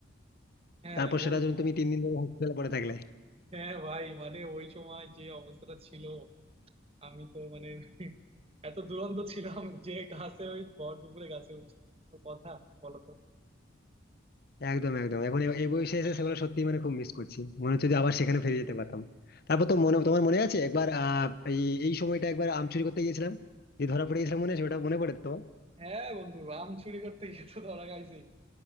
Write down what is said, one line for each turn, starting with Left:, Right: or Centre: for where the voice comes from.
Right: হ্যাঁ
Left: তারপর সেটা
Right: ওই
Left: যখন তুমি তিন দিন ধরে হসপিটালে পড়ে থাকলে
Right: হ্যাঁ ভাই মানে ওই সময় যে অবস্থাটা ছিল আমি তো মানে <laughs> এত দুরন্ত ছিলাম যে গাছে ওই ভর দুপুরে গাছে উঠছি কোনো কথা বলো তো
Left: একদম একদম এখন এ- এই বয়সে এসে সেগুলো সত্যি মানে খুব মিস করছি মনে হচ্ছে যে আবার সেখানে ফিরে যেতে পারতাম তারপর তো মনে তোমার মনে আছে একবার আহ এই এই সময়টা একবার আম চুরি করতে গিয়েছিলাম যে ধরা পড়ে গেছিলাম মনে আছে ওটা মনে পড়ে তো
Right: হ্যাঁ বন্ধু আম চুরি করতে গিয়ে তো ধরা খাইছি